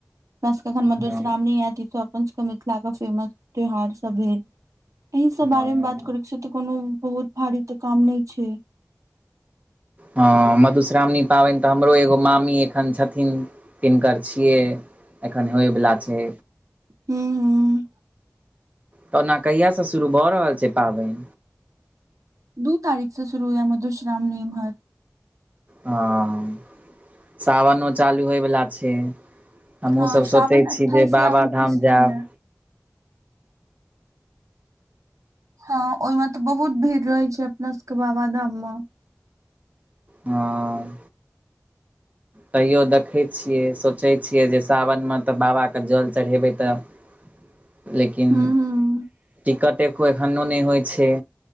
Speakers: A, on the right (about 80°); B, on the right (about 25°).
A: हम सबके अखन मधुश्रावणी
B: हँ
A: आयत ई अपन सबके मिथिला क फेमस त्यौहार सब है एहि सब
B: हँ
A: बारे मे बात करे के छै त कोनो बहुत भारी त काम नहि छै
B: हँ मधुश्रावणी पाबन त हमरो एगो मामी एखन छथिन तिनकर छियै एखन होइवला छै
A: <unintelligible>
B: त ओना कहियासँ शुरू भ रहल छै पाबइन
A: दू तारीखसँ शुरू य मधुश्रावणी इम्हर
B: ह ह <inaudible> सावनो चालू होइवला छै हमहूँ
A: हँ
B: सभ
A: सावन
B: सोचै
A: अट्ठाइस
B: छी जे बाबाधाम
A: या उनतीस से
B: जायब
A: ये हँ ओहिमे तऽ बहुत भीड़ रहै छै अपना सबके बाबा धाम मे
B: ह तैयो देखैत छियै सोचै छियै जे सावनमे तऽ बाबाके जल चढ़ेबै तऽ लेकिन
A: हूं हूं
B: <inaudible> टिकट एको एखनो नहि होइ छै